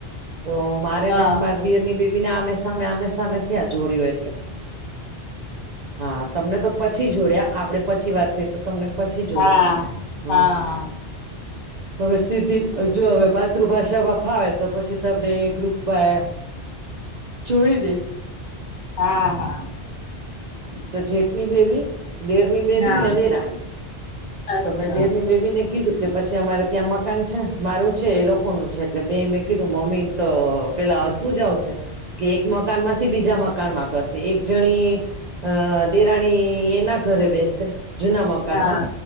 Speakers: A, on the right; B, on the left.
A: તો મારે
B: હા
A: ને મારી દિયર ની બેબી ને આમે સામે આમે સામે થયા જોડયો એટલે. હા તમને તો પછી જોડયા આપડે પછી વાત થઈ તો તમને પછી જોડયા
B: હા
A: હમ.
B: હા
A: હવે સીધી જો હવે માતૃભાષામાં ફાવે તો પછી આપણે ગ્રુપમાં છોડી દઈશ.
B: હા હા.
A: તો જેટની બેબી દેરની બેબી
B: ના
A: ને દેરાણી,
B: અચ્છા
A: તો મેં દેરની બેબી ને કીધું. કે પછી અમારે ત્યાં મકાન છે મારું છે એ લોકો નુ છે એટલે બે મેં કીધું <unintelligible> તો પેલા શું જ આવશે કે એક મકાન માં તે બીજા મકાનમાં કરશે એક જણી અ દેરાણી એના ઘરે બેસસે જુના મકાનમાં
B: હા